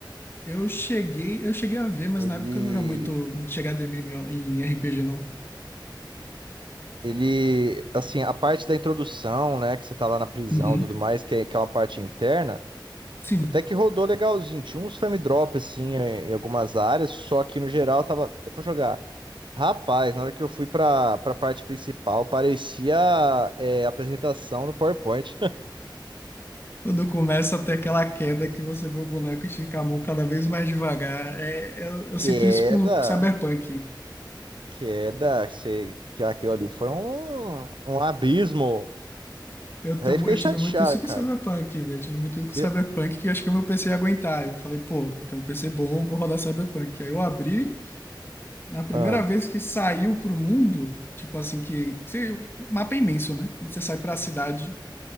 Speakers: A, on the left (about 30°); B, on the right (about 75°).
A: Eu cheguei, eu cheguei a ver, mas
B: Ele,
A: na época eu não era muito, muito chegado em MMO em RPG, não.
B: ele, assim, a parte da introdução, né, que você tá lá na prisão
A: Uhum.
B: e tudo mais, que é, que é uma parte interna,
A: Sim.
B: Até que rodou legalzinho. Tinha uns frame drop assim em em algumas áreas, só que no geral tava até pra jogar. Rapaz, na hora que eu fui pra, pra parte principal, parecia é, apresentação no PowerPoint.
A: Quando começa a ter aquela queda que você vê o boneco esticar a mão cada vez mais devagar. É, eu, eu sinto
B: Queda,
A: isso com, com Cyberpunk.
B: queda, sei que aquilo ali foi um, um abismo.
A: Eu, tenho,
B: Aí fiquei
A: mu- eu
B: chateado,
A: tive muito isso
B: cara.
A: com Cyberpunk, velho. Eu tive muito isso com
B: Que-
A: Cyberpunk que eu acho que o meu PC ia aguentar. Eu falei, pô, tem um PC bom, vou rodar Cyberpunk. Aí eu abri. Na primeira
B: Ah,
A: vez que saiu pro mundo, tipo assim, que, que você- mapa é imenso, né? Quando você sai pra cidade,